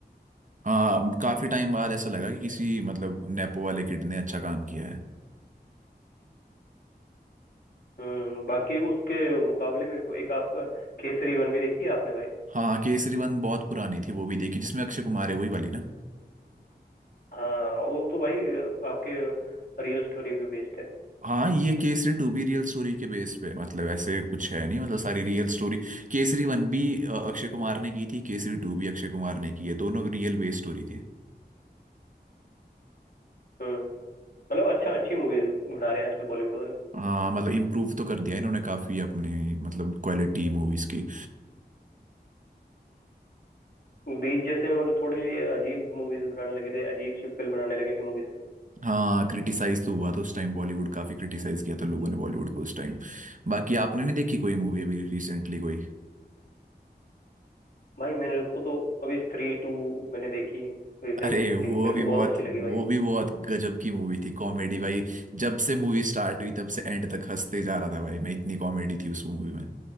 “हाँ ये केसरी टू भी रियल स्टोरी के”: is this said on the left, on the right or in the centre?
Right